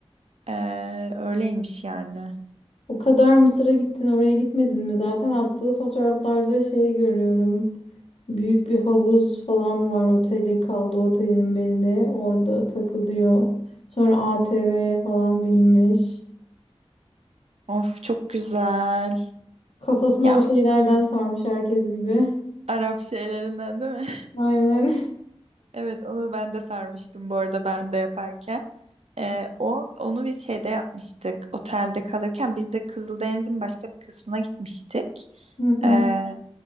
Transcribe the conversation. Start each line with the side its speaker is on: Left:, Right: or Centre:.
Right: Ee, öyleymiş yani.
Left: O kadar Mısır'a gittin, oraya gitmedin mi? Zaten attığı fotoğraflarda şey görüyorum. Büyük bir havuz falan var. Oteli kaldı, otelin belli. Orada takılıyor. Sonra ATV'ye falan binmiş.
Right: Of çok güzel.
Left: Kafasına
Right: Ya
Left: o şeylerden sarmış herkes gibi.
Right: Arap şeylerinden değil mi?
Left: Aynen.
Right: Evet onu ben de sarmıştım bu arada ben de yaparken. Ee, o onu biz şeyde yapmıştık. Otelde kalırken biz de Kızıldeniz'in başka bir kısmına gitmiştik.
Left: <laughs> Hı hı.
Right: Ee,